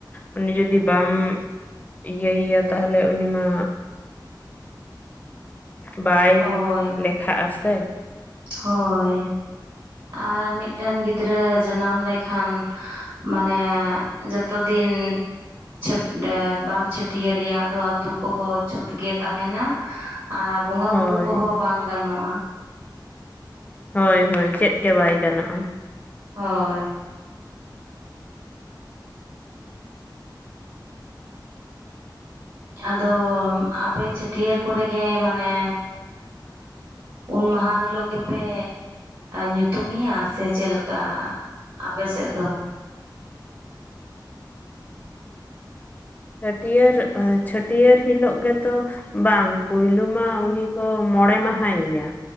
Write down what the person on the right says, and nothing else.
ᱦᱳᱭ
ᱦᱳᱭ ᱟᱨ ᱢᱤᱫᱴᱟᱱ ᱜᱤᱫᱽᱨᱟᱹ ᱡᱟᱱᱟᱢ ᱞᱮᱠᱷᱟᱱ ᱢᱟᱱᱮ ᱡᱚᱛᱚ ᱫᱤᱱ ᱪᱷᱟᱹᱴ ᱵᱟᱢ ᱪᱷᱟᱹᱴᱭᱟᱹᱨ ᱨᱮᱭᱟᱜ ᱫᱚ ᱟᱛᱩ ᱠᱚᱦᱚᱸ ᱪᱷᱩᱸᱛ ᱜᱮ ᱛᱟᱦᱮᱸᱱᱟ ᱟᱨ ᱵᱚᱸᱜᱟ
ᱵᱩᱨᱩ ᱠᱚᱦᱚᱸ ᱵᱟᱝ ᱜᱟᱱᱚᱜᱼᱟ
ᱦᱳᱭ ᱟᱫᱚ ᱟᱯᱮ ᱪᱷᱟᱹᱴᱭᱟᱹᱨ ᱠᱚᱨᱮᱜᱮ ᱢᱟᱱᱮ ᱩᱱ ᱢᱟᱦᱟ ᱦᱤᱞᱳᱜ ᱜᱮᱯᱮ ᱧᱩᱛᱩᱢᱮᱭᱟ ᱥᱮ ᱪᱮᱫ ᱞᱮᱠᱟ ᱟᱯᱮᱥᱮᱫ ᱫᱚ <inaudible>